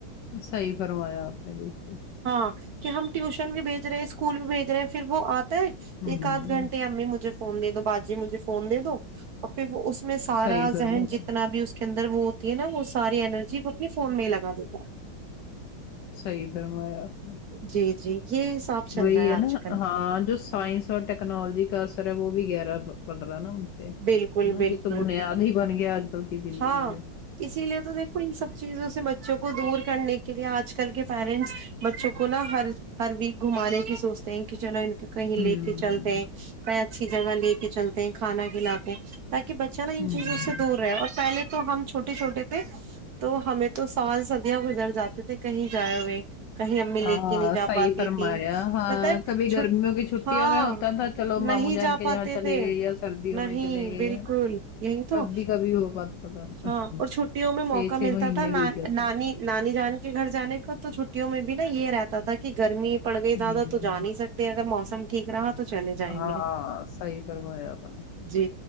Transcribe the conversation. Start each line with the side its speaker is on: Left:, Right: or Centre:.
Left: صحیح فرمایا آپ نے بالکل
Right: ہاں کہ ہم ٹیوشن بھی بھیج رہے ہیں اسکول بھی بھیج رہے ہیں پھر وہ آتا ہے
Left: ہوں
Right: ایک آدھ گھنٹے امی مجھے فون دے دو باجی مجھے فون دے دو پھر وہ اس میں سارا
Left: صحیح فرمایا
Right: ذہن جتنا بھی اس کے اندر وہ ہوتی ہے نا وہ ساری انینرجی وہ اپنے فون میں ہی لگا دیتا
Left: صحیح فرمایا آپ نے
Right: جی جی یہ حساب چل
Left: وہی
Right: رہا آج
Left: ہے نا
Right: کل
Left: ہاں جو سائنس اور ٹیکنالوجی کا اثر ہے وہ بھی گہرا پا پڑ رہا نا ہے
Right: بالکل
Left: نا
Right: بالکل
Left: یہ تو بنیاد ہی بن گیا آج کل کی زندگی
Right: ہاں
Left: کے
Right: اسی لیے تو دیکھو ان سب چیزوں سے بچوں کو دور کرنے کے لیے آج کل کے پیرنٹس بچوں کو نہ ہر ہر ویک گھمانے کی سوچتے ہیں کہ چلو ان کے کہیں لے
Left: ہوں
Right: کے چلتے ہیں کہیں اچھی جگہ لے کے چلتے ہیں کھانا کھلاتے تاکہ بچہ نا ان
Left: ہوں
Right: چیزوں سے دور رہے اور پہلے تو ہم چھوٹے چھوٹے تھے تو ہمیں تو سال صدیاں گزر جاتے تھے کہیں جائے ہوئے کہیں امی لے
Left: ہاں
Right: کے نہیں جا
Left: صحیح
Right: پاتی
Left: فرمایا
Right: تھی
Left: ہاں
Right: پتا ہے
Left: کبھی گرمیوں
Right: چھٹ
Left: کی چھٹیوں
Right: ہاں
Left: میں ہوتا تھا چلو ماموں
Right: نہیں
Left: جان
Right: جا
Left: کے
Right: پاتے
Left: یہاں چلے
Right: تھے
Left: گئے یا سردیوں
Right: نہیں
Left: میں
Right: بالکل
Left: نا
Right: یہی تو
Left: تب بھی کبھی یو بات تو تھا
Right: ہاں
Left: ہے
Right: اور چھٹیوں میں
Left: چھ
Right: موقع
Left: چھ
Right: ملتا
Left: مہینے
Right: تھا ن
Left: بیت جاتے
Right: نانی نانی جان کے گھر جانے کا تو چھٹیوں میں بھی نا یہ رہتا تھا کہ گرمی پڑ
Left: ہوں
Right: گئی زیادہ تو جا نہیں سک تے اگر موسم ٹھیک رہا تو چلے جائیں
Left: ہاں
Right: گے
Left: ہاں صحیح فرمایا آپ نے
Right: جی